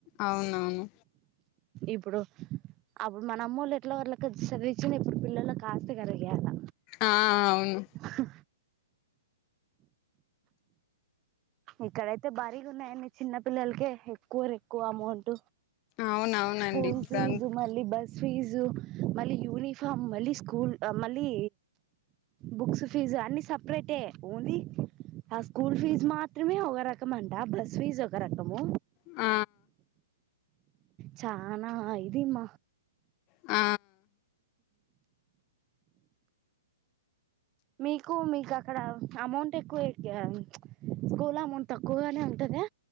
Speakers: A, on the left; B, on the right.
A: అవునవును
B: ఇప్పుడు అప్పుడు మన అమ్మోళ్లు ఎట్లాగొట్లాకి చదివించినా ఇప్పుడు పిల్లలకి ఆస్తి కరిగియ్యాల
A: ఆ అవును
B: హా ఇక్కడైతే భారీగా ఉన్నాయండి చిన్న పిల్లలకే ఎక్కువ ఎక్కువ అమౌంట్
A: అవునవునండి
B: స్కూల్
A: ఇప్పుడు
B: ఫీజు
A: అన్
B: మళ్ళీ బస్ ఫీజు మళ్ళీ యూనిఫార్మ్ మళ్ళీ స్కూల్ మళ్ళీ బుక్స్ ఫీజు అన్ని సపరేటే ఓన్లీ ఆ స్కూల్ ఫీజు మాత్ త్రమే ఒక రకం అంటా బస్ ఫీజు ఒక రకము
A: ఆ
B: చానా ఇదీమ్మ
A: ఆ
B: మీకు మీకు అక్కడ అమౌంట్ ఎక్కువ అయితదా స్కూల్ అమౌంట్ తక్కువగానే ఉంటదా